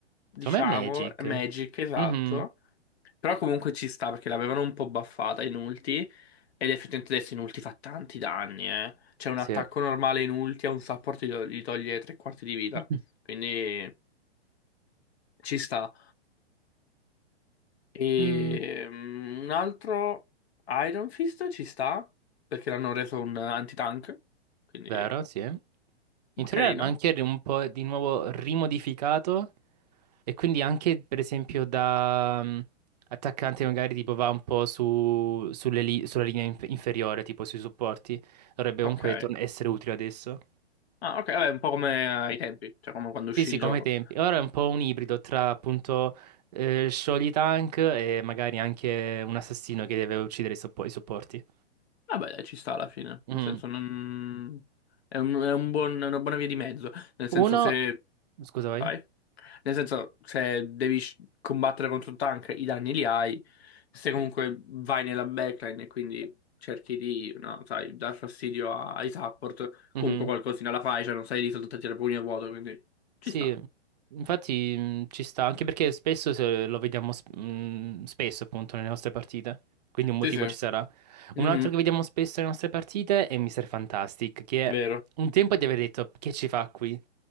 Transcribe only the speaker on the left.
diciamo,
è Magic, esatto.
Però comunque ci sta perché l'avevano un po' buffata in ulti. Ed effettivamente adesso in ulti fa tanti danni, eh. C'è un
attacco normale in ulti a un support gli to- gli toglie tre quarti di vita.
Quindi ci sta. E
mm, un altro Iron Fist ci sta perché l'hanno reso un anti-tank. Quindi
Carino.
Ok.
Ah, ok, vabbè, un po' come ai tempi, cioè come quando uscì
il
gioco.
Vabbè, dai, ci sta alla fine.
Nel senso, non... è un, è un buon- una buona via di mezzo. Nel senso,
se...
Vai. Nel senso, se devi sc- combattere contro un tank, i danni li hai. Se comunque vai nella backline e quindi cerchi di, no, sai, dar fastidio a- ai support,
comunque qualcosina la fai, cioè non sei lì soltanto a tirare pugni a vuoto, quindi ci
sta.
Sì, sì.
Mhm,
Vero.